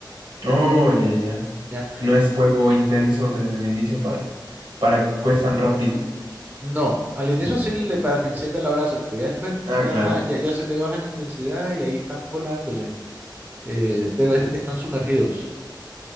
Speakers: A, on the right; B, on the right.
A: Oh, ya, ya.
B: ¿ya?
A: No es fuego intenso desde el inicio para, para
B: N-
A: que cuezan rápido.
B: No, al inicio sí le para que encienda la brasa, pero ya después
A: Ah,
B: ya,
A: claro.
B: ya, ya se le baja la intensidad y ahí están volándole, eh, pero es- están sumergidos.